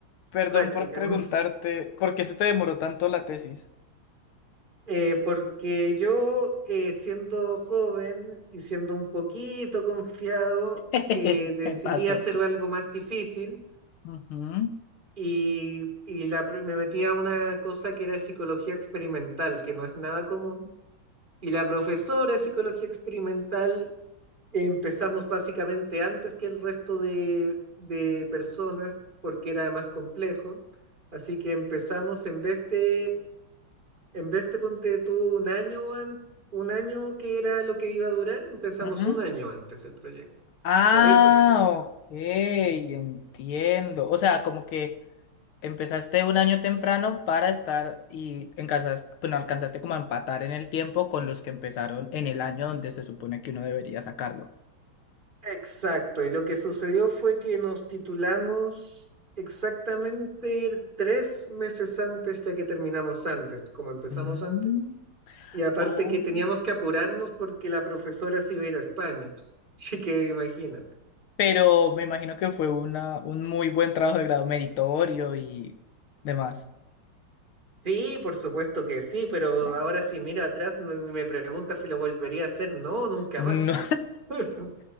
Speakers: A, on the left; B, on the right.
A: Perdón
B: práctica,
A: por preguntarte,
B: <laughs>
A: ¿por qué se te demoró tanto la tesis?
B: Eh, porque yo eh, siendo joven y siendo un poquito confiado,
A: <laughs>
B: eh, decidí
A: Me pasó.
B: hacer algo más difícil
A: Ujú,
B: y, y la pro- me metí a una cosa que era psicología experimental, que no es nada común. Y la profesora de psicología experimental empezamos básicamente antes que el resto de, de personas, porque era más complejo. Así que empezamos en vez de, en vez de ponte tú un año, an- un año que era lo que iba a durar, empezamos
A: ujú.
B: un año antes el proyecto.
A: Ah,
B: Por eso pasó eso.
A: ok, entiendo. O sea, como que empezaste un año temprano para estar y alcanzaste, bueno, alcanzaste como a empatar en el tiempo con los que empezaron en el año donde se supone que uno debería sacarlo.
B: Exacto, y lo que sucedió fue que nos titulamos exactamente tres meses antes, ya que terminamos antes, como empezamos
A: Mm,
B: antes, y aparte
A: oh,
B: que teníamos que apurarnos porque la profesora se iba a ir a España, <laughs> así que imagínate.
A: pero me imagino que fue una, un muy buen trabajo de grado meritorio y demás.
B: Sí, por supuesto que sí, pero
A: Wow.
B: ahora si miro atrás no- me pregunta si lo volvería a hacer, no, nunca
A: No,
B: más. <laughs> Eso,